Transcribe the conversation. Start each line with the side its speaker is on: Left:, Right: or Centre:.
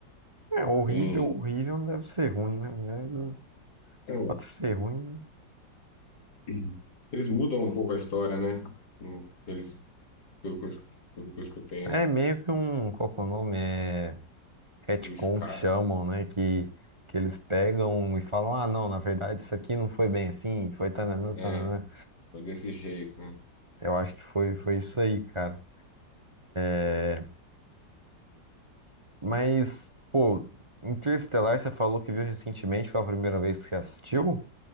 Right: É horrível,
Left: Tem,
Right: horrível, não deve ser ruim, né? É,
Left: é,
Right: Pode ser ruim.
Left: <clears throat> eles mudam um pouco a história, né? No- Eles, pelo que eu, es- pelo que eu escutei,
Right: né?
Left: né?
Right: É meio que um, qual que é o nome? É retcon
Left: Do Scar.
Right: que chamam, né? Que, que eles pegam e falam, ah, não, na verdade isso aqui não foi bem assim, foi tananã,
Left: É,
Right: tananã.
Left: foi desse jeito, né?
Right: Eu acho que foi, foi isso aí, cara. É, Mas, pô, Interestelar, você falou que viu recentemente, foi a primeira vez que você assistiu?